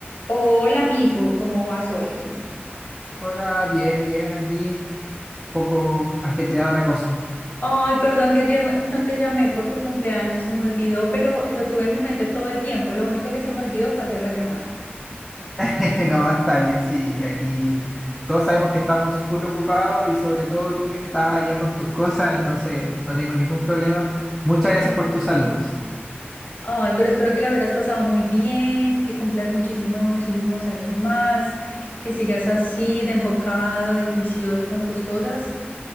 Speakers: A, on the left; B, in the centre.
A: Hola amigo, ¿cómo vas hoy?
B: Hola, bien, bien, aquí, poco ajetreado la cosa.
A: Ay, perdón que ayer no te llamé por tu cumpleaños, se me olvidó, pero lo tuve en mi mente todo el tiempo. Lo único que se me olvidó fue hacer la llamada.
B: <laughs> No, está bien, sí, aquí todos sabemos que estamos full ocupados y sobre todo tú que estás allá con tus cosas, entonces no tengo ningún problema. Muchas gracias por tus saludos.
A: Ay, pero espero que la hubieras pasado muy bien, que cumplas muchísimos, muchísimos años más, que sigas así de enfocado, de juicioso con tus cosas.